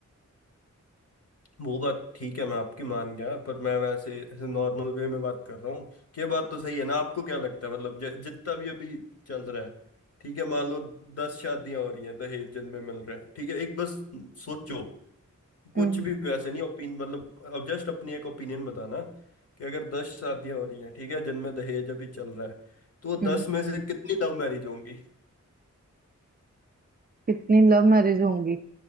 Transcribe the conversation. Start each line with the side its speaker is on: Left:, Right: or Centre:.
Left: वो बात ठीक है मैं आपकी मान गया पर मैं वैसे ऐसे नॉर्मल वे में बात कर रहा हूँ ये बात तो सही है ना आपको क्या लगता है मतलब ज- जितना भी अभी चल रहा है ठीक है मान लो दस शादियां हो रही हैं दहेज जिनमें मिल रहे हैं ठीक है एक बस सोचो कुछ
Right: हम्म
Left: भी वैसे नहीं ओपिन मतलब अब जस्ट अपनी एक ओपिनियन बताना कि अगर दस शादियां हो रही हैं ठीक है जिनमें दहेज अभी चल रहा है तो
Right: हम्म
Left: दस में से कितनी लव मैरिज होंगी
Right: कितनी लव मैरिज होंगी